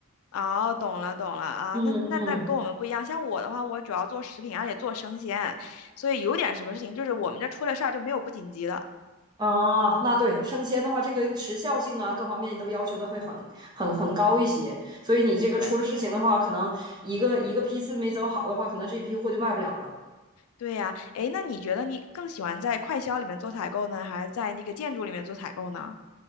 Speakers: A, on the left (about 80°); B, on the right (about 20°).
A: 哦，懂了懂了啊，
B: 嗯嗯。
A: 那那那跟我们不一样。像我的话，我主要做食品，而且做生鲜，所以有点什么事情，就是我们这出了事儿就没有不紧急的。
B: 哦，那对，生鲜的话，这个时效性啊，各方面都要求的会很很很高一些，所以你这个出了事情的话，
A: 对
B: 可能一个一个批次没走好的话，可能这批货就卖不了了。
A: 对呀，诶，那你觉得你更喜欢在快销里面做采购呢，还是在那个建筑里面做采购呢？